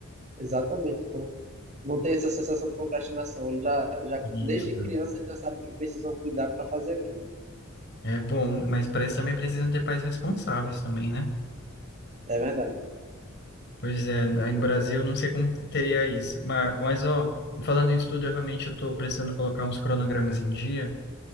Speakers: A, on the right; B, on the left.
A: Exatamente. Então, não tem essa sensação de procrastinação. Ele já, já,
B: Isso.
A: desde criança, ele já sabe que precisam cuidar para fazer aquilo.
B: É bom, mas para isso também precisam ter pais responsáveis também, né?
A: É verdade.
B: Pois é, aí no Brasil não sei como teria isso. Mas, mas ó, falando em estudo, eu realmente estou precisando colocar uns cronogramas em dia.